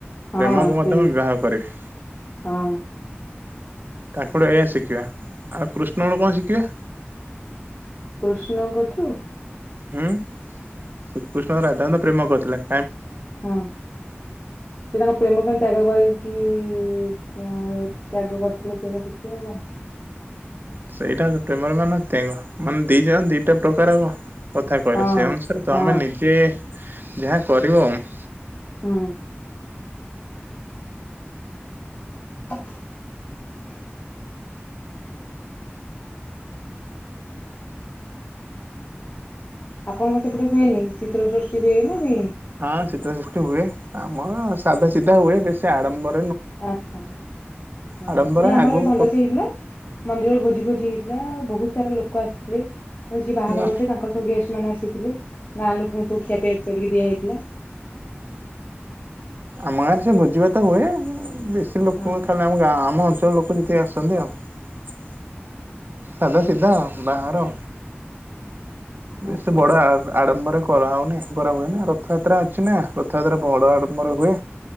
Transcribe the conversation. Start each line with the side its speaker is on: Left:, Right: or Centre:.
Left: ହଁ
Right: ପ୍ରେମକୁ
Left: ହଁ
Right: ମଧ୍ୟ
Left: ସେଇ
Right: ବିବାହ କରିବି।
Left: ହଁ
Right: ତାଙ୍କଠୁ ଏଇଆ ଶିଖିବା ଆଉ କୃଷ୍ଣଙ୍କ କଣ ଶିଖିବା।
Left: କୃଷ୍ଣଙ୍କଠୁ
Right: ହୁଁ ଶ୍ରୀକୃଷ୍ଣ ରାଧାଙ୍କ ତ ପ୍ରେମ କରଥିଲେ।
Left: ହଁ ସେ ତାଙ୍କ ପ୍ରେମ ପାଇଁ ତ୍ୟାଗ କରି କି କ ତ୍ୟାଗ କରିଥିଲେ ସେଇରା ଶିଖିବ ଆଉ କଣ।
Right: ସେଇଟା ପ୍ରେମର ମାନ ତ୍ୟାଙ୍କ ମାନେ ଦି ଯାଅ ଦିଟା ପ୍ରକାରବ। କଥା କହିଲେ
Left: ଆଉ
Right: ସେ ଅନୁସାରେ
Left: କଣ।
Right: ତମେ ନିଜେ ଯାହା କରିବ ଆଉ।
Left: ହଁ ହଁ ହୁଁ <inaudible> ଆପଣଙ୍କର ସେପଟେ ହୁଏନି ଶୀତଳ ସୃଷ୍ଟି ହୁଏ ନା ହୁଏନି।
Right: ହଁ ଶୀତ ସୃଷ୍ଟି ହୁଏ ଆମର ସାଧା ସିଧା ହୁଏ। ବେଶୀ ଆଡମ୍ବର
Left: ଆଚ୍ଛା ହଁ
Right: ଆଡମ୍ବର
Left: ନାଇଁ ଆମର
Right: ଆଗକୁ
Left: ଏ ଭଲ ସେ ହେଇଥିଲା। ମନ୍ଦିରରେ ଭୋଜି ଭୋଜି ହେଇ ପିଲା ବହୁତ ସାରା ଲୋକ ଆସିଥିଲେ। ଯିଏ ବାହାଘର
Right: ନା
Left: କରିଥିଲେ ତାଙ୍କର ସବୁ ଗେଷ୍ଟ ମାନେ ଆ କିିକଲିି। ଗାଁ ଲୋକଙ୍କୁ ସବୁ ଖିଆପିଆ କରିକି କିଆ ହେଇଥିଲା।
Right: ଆମ ଗାଁରେ ସେ ଭୋଜିିଭାତ ହୁଏ। ବେଶୀ ଲୋକ
Left: ହଁ।
Right: ଖାଲି ଆମ ଗାଁ ଆମ ଅ ଳ ଲୋକ ଯେତିକି ଆସଛନ୍ତି ଆଉ। ସାଧା ସିଧା ବାହାର। ବେଶୀ
Left: ଆଚ୍ଛା
Right: ବଡ ଆ ଆଡମ୍ବରେ କରା ହଉନି। କରାହୁଏ ନା ରଥଯାତ୍ରା ଅଛି ନା। ରେ ବଡ ଆଡମ୍ବରେ ହୁଏ।